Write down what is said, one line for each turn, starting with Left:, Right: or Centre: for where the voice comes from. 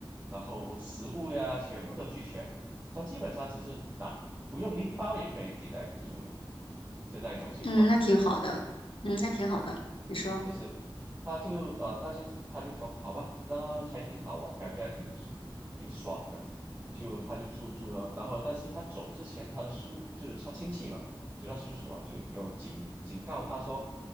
Right: 然后食物呀，全部都俱全。他基本上只是拿不用拎包也可以进来住了。就那一种情况，
Left: 嗯，那挺好的，嗯，那挺好的。你说，
Right: 就是他就呃，那就他就说好吧，那还挺好玩，感觉还挺挺爽的，就他就住住了，然后但是他走之前，他的叔就是他亲戚嘛，就他叔叔啊，就有警警告他说，